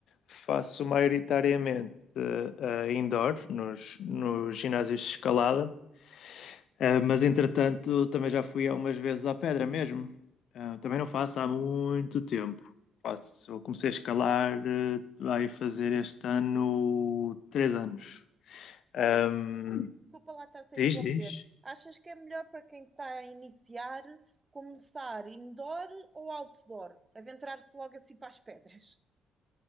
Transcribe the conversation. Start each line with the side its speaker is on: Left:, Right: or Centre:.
Left: faço maioritariamente eh, eh, indoor, nos, nos ginásios de escalada. Ah, mas entretanto, também já fui algumas vezes à pedra mesmo. Ah, também não faço há muito tempo. Faço, eu comecei a escalar, eh, vai fazer este ano três anos. Ahm,
Right: Olha, desculpa lá estar-te
Left: diz,
Right: a interromper.
Left: diz.
Right: Achas que é melhor para quem está a iniciar começar indoor ou outdoor? Aventurar-se logo assim para as pedras?